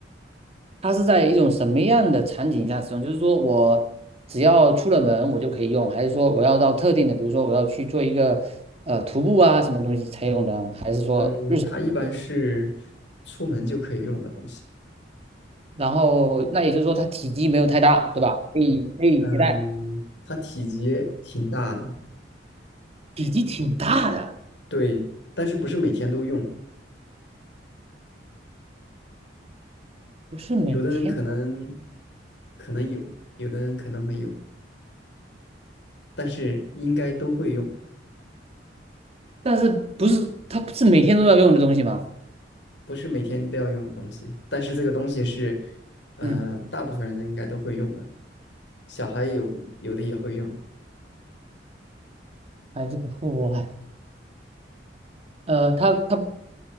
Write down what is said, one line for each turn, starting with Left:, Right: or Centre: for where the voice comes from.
Right: 它是在一种什么样的场景下使用？就是说我只要出了门我就可以用，还是说我要到特定的，比如说我要去做一个呃徒步啊什么东西才用的，还是说日常就可以用？
Left: 嗯，它一般是出门就可以用的东西。
Right: 然后那也就是说它体积没有太大，对吧？可以可以携带。
Left: 嗯，它体积挺大的，
Right: 体积挺大的，
Left: 对，但是不是每天都用。
Right: 不是每天
Left: 有的人可能可能有，有的人可能没有，但是应该都会用，
Right: 但是不是它不是每天都要用的东西吗？
Left: 不是每天都要用的东西。但是这个东西是，嗯、
Right: 嗯，
Left: 大部分人应该都会用的，小孩有有的也会用。
Right: 还是个户外，呃，它它